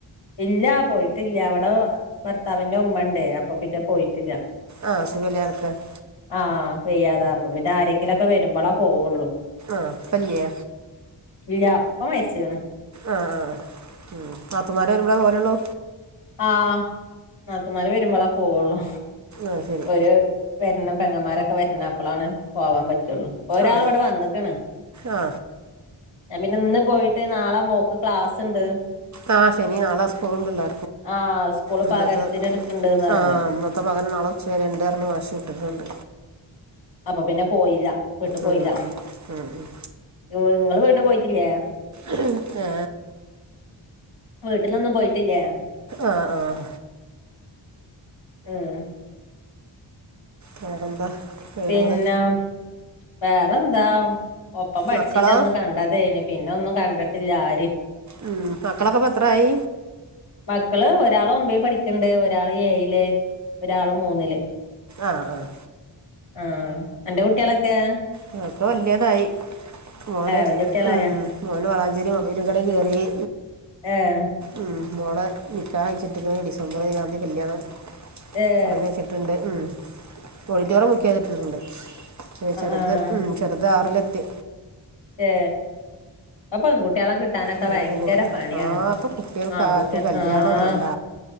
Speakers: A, on the left; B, on the right.
A: ഇല്ല, പോയിട്ടില്ല, ഇവിടെ ഭർത്താവിന്റെ ഉമ്മയുണ്ടേ, അപ്പൊ പിന്നെ പോയിട്ടില്ല.
B: ആഹ് സുഖമില്ലാതെ കിടക്കയാണ്
A: ആഹ്.. വയ്യാതാ, അപ്പംപിന്നെ ആരെങ്കിലുമൊക്കെ വരുമ്പോളാ പോവുള്ളൂ
B: ആഹ്.. ഇപ്പ ല്ലേ
A: ഇല്ല ഇപ്പമരിച്ച്കണ്
B: ആഹ്.. നാത്തൂൻമാര് വരുമ്പാലെ പോകലുള്ളു
A: ആഹ്.. നാത്തുൻമാരു വരുമ്പോളെ പോവുള്ളൂ
B: ആ ശരി
A: ഒരു.. വരുന്ന പെങ്ങന്മാരൊക്കെ വരണം അപ്പലെ പോവാൻ പറ്റുള്ളൂ. ഒരാളിവിടെ
B: അതെ
A: വന്നേക്കണ്
B: ആ
A: ഞാൻ പിന്നെയിന്നു പോയിട്ടുനാളെ മോൾക്ക് ക്ലാസ്സുണ്ട്.
B: ആഹ്... ശനി, നാളെ സ്കൂളുണ്ടല്ലോ
A: ആഹ് സ്കൂള്
B: ഇന്നത്തെ
A: പകരത്തിന് എടുക്ക്ണ്ട്ന്ന് പറഞ്ഞ്
B: ആഹ്... ഇന്നത്തെ പകരം നാളെയുച്ചവരെ ഉണ്ട് എന്ന് പറഞ്ഞ് മാഷ് വിട്ടിട്ടുണ്ട്.
A: അപ്പപിന്നെപോയില്ല, വീട്ടുപോയില്ല
B: ഉം ഉം ഉം ഉം
A: നിങ്ങളുവീട്ടു പോയിട്ടില്ലേ
B: ആഹ്
A: വീട്ടിലൊന്നും പോയിട്ടില്ലേ
B: ആഹ് ആഹ്
A: ഉം
B: വേറെന്താ വിവരങ്ങള്
A: പിന്നെ വേറെന്താ ഒപ്പം പഠിച്ചതിന്റെയന്നു
B: മക്കളോ
A: കണ്ടതേന് പിന്നെയൊന്നും കണ്ടിട്ടില്ലആരേയും
B: ഉം മക്കളൊക്കെയിപ്പ മെത്രയായി
A: മക്കളുഒരാളൊമ്പതിൽ പഠിക്കണുണ്ട്ഒരാള് ഏഴില് ഒരാളുമൂന്നില്
B: ആഹ് ആഹ്
A: ആഹ് അന്റെ കുട്ടികളൊക്കെയോ
B: അതൊക്കെവല്യയതായി മോന്
A: വല്യ കുട്ടികളായ
B: ഉം മോനു വളാഞ്ചേരി മൊബൈൽ കടയിൽ കയറി
A: ഏ..
B: ഉം.. മോളെ നിക്കാഹ്‌ കഴിച്ചിട്ട് ഡിസംബർ ഏഴാം തിയതി കല്യാണം
A: ആഹ്
B: പറഞ്ഞു വചിരി ഉണ്ട്. ഉം ഓഡിറ്റോറിയം ബുക്കുചെയ്തിട്ടിട്ടുണ്ട് ഒരു ചെറുത്
A: ആഹ്
B: ഉം ചെറുതാറിലെത്തി
A: ഏ. ഇപ്പപെൺകുട്ടികളെ കിട്ട കിട്ടാനൊക്കെ
B: അങ്ങനൊക്കെ
A: ഭയങ്കര
B: പോ
A: പണിയാണ്
B: ആ ഇപ്പൊ കുട്ടികൾക്ക്
A: ആൺകുട്ടി
B: ആർക്കും കല്യാണം
A: ആഹ്
B: വേണ്ട